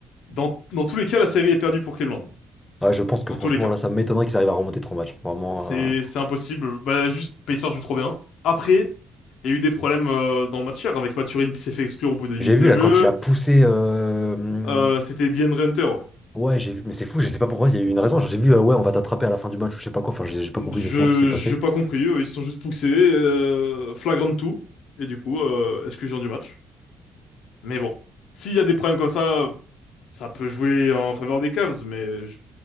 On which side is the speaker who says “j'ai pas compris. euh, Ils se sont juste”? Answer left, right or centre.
Left